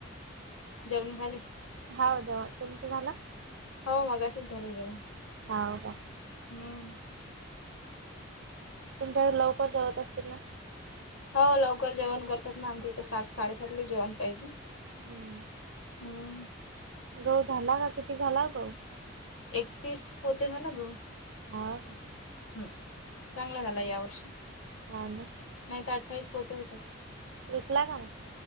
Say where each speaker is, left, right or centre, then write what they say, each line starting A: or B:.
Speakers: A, on the left; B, on the right.
A: जेवण झाले
B: हाव जेवाण तुमच झाल
A: हो मगाशीच झालय जेवण
B: हाव का
A: हम
B: तुमच्या कडे लवकर जेवत असतील ना
A: हो लवकर जेवण करतात ना. आमच्या इथं सात साडेसातले जेवण पाहिजे.
B: हम्म.
A: हम्म.
B: गहू झाला का? किती झाला गहू?
A: एकतीस पोते झाला गहू.
B: हाव का?
A: हम्म चांगला
B: हम्म.
A: झाला यावर्षी.
B: हाव ना
A: नाही त अठ्ठावीस पोते होत होता.
B: विकला का म?